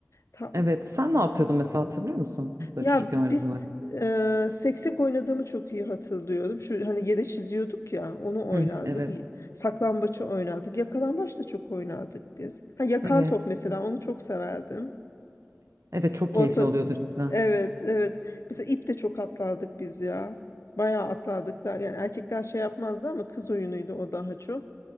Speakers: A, on the left; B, on the right.
A: Ta-
B: Evet, sen ne yapıyordun mesela hatırlıyor musun? Böyle
A: Ya
B: çocukken oynadığın
A: biz
B: oyunu.
A: e, seksek oynadığımı çok iyi hatırlıyorum. Şu hani yere çiziyorduk ya onu oynardık.
B: Hı hı. Evet,
A: Y- Saklambaçı oynardık. Yakalambaç da çok oynardık biz. Ha yakan
B: evet.
A: top mesela onu çok severdim.
B: Evet çok
A: Orta
B: keyifli oluyordu cidden.
A: Evet, evet. Mesela ip de çok atlardık biz ya. Bayağı atlardık da yani erkekler şey yapmazdı ama kız oyunuydu o daha çok.